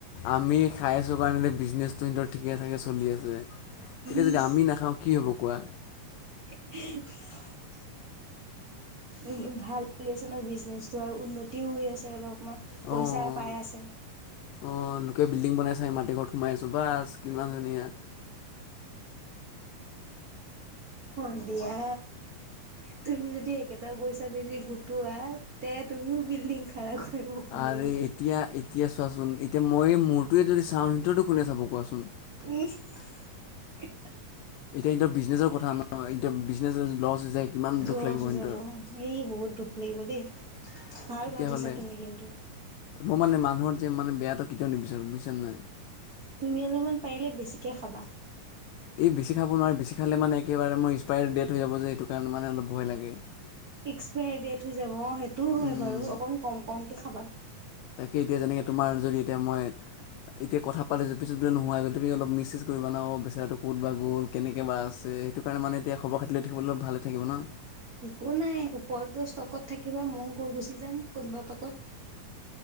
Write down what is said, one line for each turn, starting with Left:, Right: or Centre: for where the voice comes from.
Left: আমি খাই আছোঁ কাৰণে এতিয়া বিজনেছটো সিহঁতৰ ঠিকেঠাকে চলি আছে। তেতিয়া
Right: ই
Left: যদি আমি নাখাওঁ, কি হ'ব কোৱা।
Right: <unintelligible> উম' উম' ভাল চলি নহ বিজনেচটো, আৰু উন্নতিও হৈ আছে আৰু অকমান,
Left: অঁ
Right: পইচা পাই আছে।
Left: অঁ' নোকে বিল্ডিং বনাই আছে, আমি মাটি ঘৰত সোমাই আছো বাচ কিমান ধুনীয়া।
Right: হয় দিয়া। তুমি যদি একেটা পইচা দি দি গোটোৱা তে তুমিও বিল্ডিং- খাৰা কৰিব। পাৰিবা।
Left: আৰে এতিয়া, এতিয়া চোৱাচোন। এতিয়া মই মোৰটোৱে যদি চাওঁ সিহঁততো কোনে চাব কোৱাচোন?
Right: ইহ।
Left: এতিয়া ইহঁতৰ বিজনেছৰ কথা ন' এতিয়া বিজনেছৰ লছ হৈ যায়। কিমান দুখ
Right: লছ
Left: লাগিব
Right: হৈ
Left: সিহঁতৰ
Right: যাব, এই বহুত দুখ লাগিব দেই, ভাল
Left: তেতিয়াহ'লে
Right: ভাবিছা তুমি কিন্তু।
Left: মই মানে মানুহৰ যে মানে বেয়াটো কেতিয়াও নিবিচাৰো বুইছানে নাই।
Right: তুমি অলমান পাৰিলে বেছিকে খাবা।
Left: এই বেছি খাব নোৱাৰে, বেছি খালে মানে একেবাৰে মোৰ এক্সপায়াৰ ডেট হৈ যাব যে, সেইটো কাৰণে মানে অলপ ভয় লাগে।
Right: এক্সপাৰী ডেট হৈ যাব, অ' সেইটোও হয়
Left: উম,
Right: বাৰু অকন কম কমকে খাবা।
Left: তাকে এতিয়া যেনেকে তোমাৰ যদি এতিয়া মই এতিয়া কথা পাতিছোঁ, পিছত বোলে নোহোৱা হৈ গল, তুমি অলপ মিচ চিছ কৰিবা না, অ বেচাৰটো ক'ত বা গ'ল কেনেকৈ বা আছে। সেইটো কাৰণে মানে এতিয়া খবৰ খাতি লৈ থাকিবলৈ ভালে থাকিব ন।
Right: একো নাই ওপৰত গৈ ষ্টকত থাকিবা ময়ো গৈ গুচি যাম। কোনোবা পাকত।